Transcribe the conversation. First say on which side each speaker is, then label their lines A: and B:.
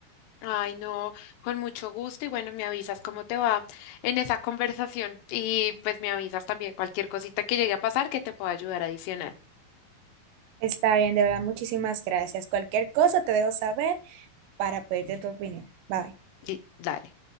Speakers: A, on the left; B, on the right.
A: Ay, no, con mucho gusto y bueno, me avisas cómo te va en esa conversación y pues me avisas también cualquier cosita que llegue a pasar que te pueda ayudar adicional.
B: Está bien, de verdad, muchísimas gracias. Cualquier cosa te dejo saber para pedirte tu opinión. Bye.
A: Y dale.